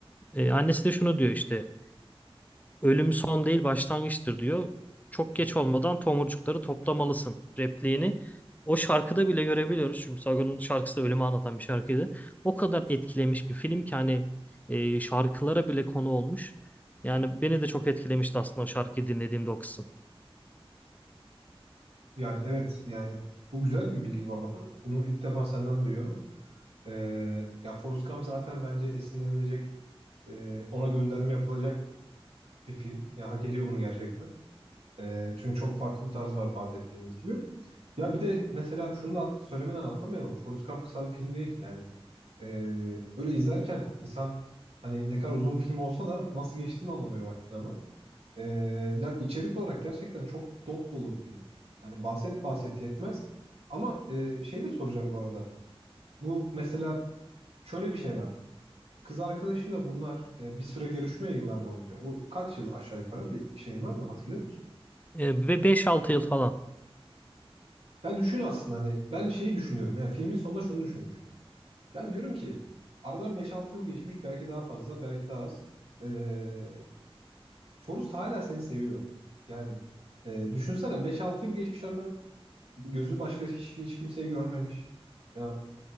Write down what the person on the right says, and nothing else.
Yani evet yani bu güzel bir bilgi bu arada. Onu ilk defa senden duyuyorum. Ee, ya Forrest Gump zaten bence esinlenilecek, e, ona gönderme yapılacak bir film. Ya hak ediyor bunu gerçekten. Ee, çünkü çok farklı bir tarz var bahsettiğimiz gibi. Ya bir de mesela şunu da at- söylemeden atlamayalım. Forrest Gump kısa bir film değil yani. Ee, öyle izlerken insan hani ne kadar uzun bir film olsa da nasıl geçtiğini anlamıyor vaktin ama. Ee, ya içerik olarak gerçekten çok dop dolu bir film. Hani bahset bahset yetmez. Ama e, şey de soracağım bu arada. Bu mesela şöyle bir şey var. Kız arkadaşıyla bunlar e, bir süre görüşmüyor yıllar boyunca. O kaç yıl aşağı yukarı bir şeyin var mı hatırlıyor musun?
Ben düşün aslında hani ben şeyi düşünüyorum. Yani filmin sonunda şunu düşünmüştüm. Ben diyorum ki aradan beş altı yıl geçmiş belki daha fazla belki daha az. Ee, Forrest hala seni seviyor. Yani e, düşünsene 5-6 yıl geçmiş aradan. Gözü başka hiç, hiç kimseyi görmemiş. Ya